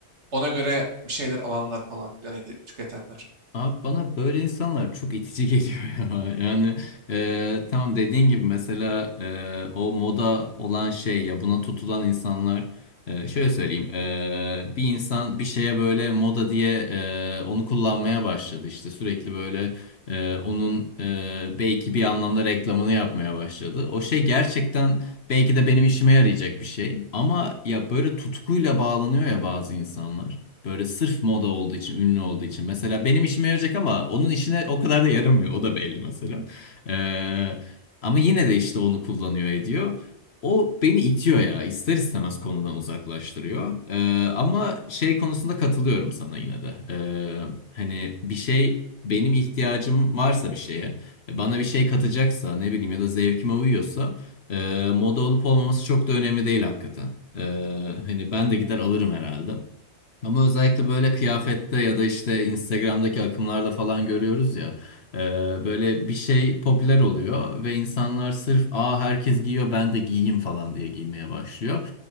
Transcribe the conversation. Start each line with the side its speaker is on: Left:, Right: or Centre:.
Right: ona göre bir şeyler alanlar falan filan ya da tüketenler.
Left: Abi bana böyle insanlar çok itici geliyor <laughs> ya. Yani e, tamam dediğin gibi mesela e, o moda olan şey ya buna tutulan insanlar e, şöyle söyleyeyim e, bir insan bir şeye böyle moda diye e, onu kullanmaya başladı işte sürekli böyle e, onun e, belki bir anlamda reklamını yapmaya başladı. O şey gerçekten belki de benim işime yarayacak bir şey ama ya böyle tutkuyla bağlanıyor ya bazı insanlar. Böyle sırf moda olduğu için, ünlü olduğu için. Mesela benim işime yarayacak ama onun işine o kadar da yaramıyor. O da belli mesela. Ee, ama yine de işte onu kullanıyor ediyor. O beni itiyor ya. ister istemez konudan uzaklaştırıyor. Ee, ama şey konusunda katılıyorum sana yine de. Ee, hani bir şey benim ihtiyacım varsa bir şeye, bana bir şey katacaksa ne bileyim ya da zevkime uyuyorsa e, moda olup olmaması çok da önemli değil hakikaten. Ee, hani ben de gider alırım herhalde. Ama özellikle böyle kıyafette ya da işte Instagram'daki akımlarda falan görüyoruz ya. e, böyle bir şey popüler oluyor ve insanlar sırf aa herkes giyiyor ben de giyeyim falan diye giymeye başlıyor.